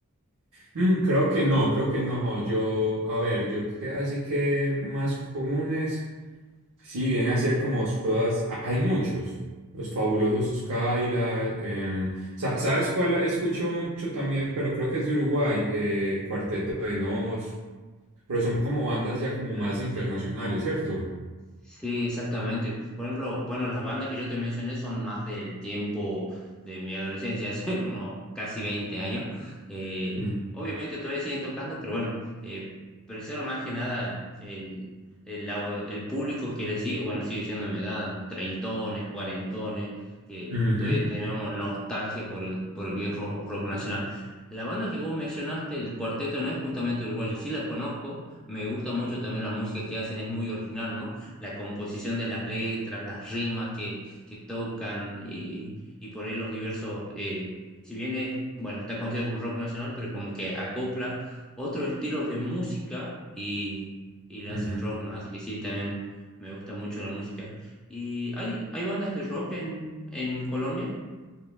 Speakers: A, on the right (about 85°); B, in the centre.
A: Mm, creo que no, creo que no. Yo, a ver, yo que así que más comunes. Sí, viene a ser como todas, a- hay muchos, los fabulosos Cadillac, em, sa- ¿sabes cuál escucho mucho también? Pero creo que es de Uruguay, eh, Cuarteto de Nos, pero son como bandas ya como
B: Claro,
A: más internacionales,
B: sí.
A: ¿cierto?
B: Sí, exactamente. Por ejemplo, bueno, las bandas que yo te mencioné son más del tiempo de mi adolescencia, <laughs> hace unos casi 20 años. Eh,
A: Mm,
B: obviamente todavía siguen tocando, pero bueno, eh, pero eso era más que nada el, el, au- el público que le sigue, bueno, sigue siendo de mi edad, treintones, cuarentones, que
A: ujú,
B: todavía tenemos nostalgia por el, por el viejo rock nacional. La banda que vos mencionaste, el Cuarteto, no es justamente uruguayo, sí la conozco, me gusta mucho también la música que hacen, es muy original, ¿no? la composición de las letras, las rimas que, que tocan y, y por ahí los diversos, eh, si bien es, bueno, está considerado como rock nacional, pero como que acopla otros estilos de música y, y le
A: ujú.
B: hacen rock, ¿no? Así que sí, también me gusta mucho la música. ¿Y hay, hay bandas de rock en, en Colombia?